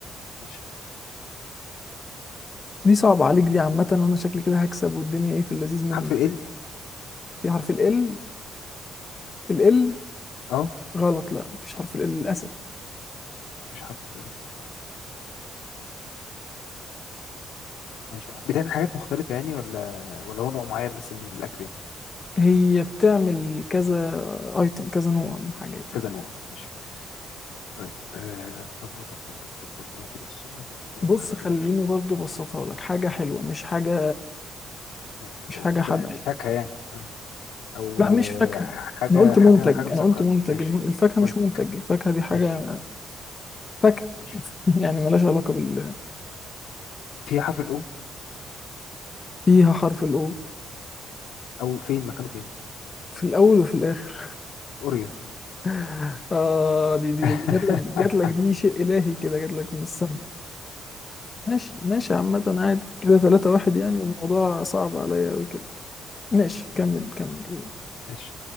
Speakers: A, on the left; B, on the left.
A: ماشي
B: دي صعبة عليك دي عامة وأنا شكلي كده هكسب والدنيا ايه في اللذيذ منه
A: حرف ال
B: في حرف ال ال ال
A: اه
B: غلط لا مفيش حرف ال للأسف
A: مش حرف ال ماشي بتعمل حاجات مختلفة يعني ولا ولا هو نوع معين بس من الأكل يعني
B: هي بتعمل كذا ايتم كذا نوع من حاجات
A: كذا
B: يعني
A: نوع ماشي طيب آه... بم- بم- بم- بم- بم- بم- موجودة في السوبر ماركت موجودة
B: بص
A: في حاجات
B: خليني
A: الأكل
B: برضو بسطها لك حاجة حلوة مش حاجة
A: آه...
B: مش
A: آه،
B: حاجة
A: ف-
B: حادقة يعني.
A: فاكهة يعني آه. أو
B: لا
A: آه...
B: مش فاكهة
A: حاجة
B: انا قلت
A: حاجة
B: منتج
A: حاجة مسكرة
B: انا قلت منتج
A: ماشي
B: الم- الفاكهة
A: منتج
B: مش منتج الفاكهة دي حاجة
A: ماشي
B: فاكهة
A: ماشي
B: <laughs> يعني ملهاش علاقة بال
A: فيها حرف الأو
B: فيها حرف الاو
A: أو فين مكانه فين
B: في الاول وفي الاخر
A: أوريو
B: <laughs> اه دي دي,
A: <laughs>
B: دي جات لك جات لك دي شيء الهي كده جات لك من السما ماشي ماشي عامة عادي كده ثلاثة واحد يعني الموضوع صعب عليا أوي كده ماشي كمل كمل قول
A: ماشي